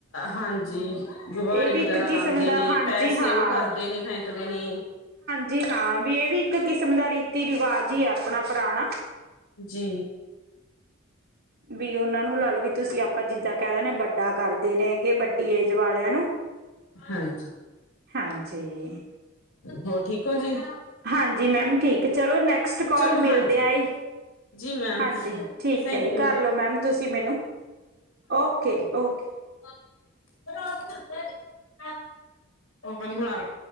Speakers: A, on the left; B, on the right.
A: ਹਾਂਜੀ। ਗੁਬਾਰੇ
B: ਇਹ ਵੀ
A: ਵਗੈਰਾ
B: ਇੱਕ ਕਿਸਮ
A: ਲਾਉਂਦੇ
B: ਦਾ
A: ਨੇ
B: ਹਾਂਜੀ
A: ਪੈਸੇ
B: ਹਾਂ
A: ਉਹ ਕਰਦੇ ਨੇ ਫੈਂਕਦੇ ਨੇ।
B: ਜੀ ਹਾਂ ਵੀ ਇਹ ਵੀ ਇੱਕ ਕਿਸਮ ਦਾ ਰੀਤੀ ਰਿਵਾਜ ਹੀ ਹੈ ਆਪਣਾ ਪੁਰਾਣਾ।
A: ਜੀ।
B: ਵੀ ਉਹਨਾ ਨੂੰ ਲ ਲਵੇ ਤੁਸੀ ਆਪਾਂ ਜਿੱਦਾ ਕਹਿ ਦਿੰਦੇ ਵੱਡਾ ਕਰਦੇ ਰਹਗੇ ਵੱਡੀ ਏਜ ਵਾਲਿਆ ਨੂੰ।
A: ਹਾਂਜੀ਼।
B: ਹਾਂਜੀ਼।
A: ਹੋਰ ਠੀਕ ਹੋ ਜੀ।
B: ਹਾਂਜੀ ਮੈਮ ਠੀਕ ਚਲੋ ਨੈਕਸਟ ਕੋਲ
A: ਚਲੋ
B: ਮਿਲਦੇ
A: ਹਾਂਜੀ
B: ਆ ਈ
A: ਜੀ ਮੈਮ
B: ਹਾਂਜੀ ਠੀਕ
A: ਥੈਂਕ
B: ਹੈ ਜੀ
A: ਯੂ
B: ਕਰਲੋ ਮੈਮ ਤੁਸੀਂ ਮੈਨੂੰ ਓਕੇ ਓਕ।
A: <unintelligible>